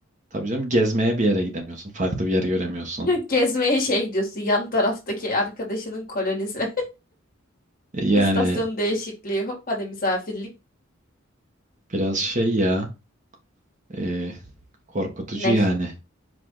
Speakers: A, on the right; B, on the left.
A: tabii canım gezmeye bir yere gidemiyorsun. Farklı bir yer göremiyorsun.
B: <laughs> Gezmeye şey gidiyorsun yan taraftaki arkadaşının kolonisi. <laughs>
A: E, Yani
B: İstasyon değişikliği hop hadi misafirlik.
A: biraz şey ya ee, korkutucu
B: Ney?
A: yani.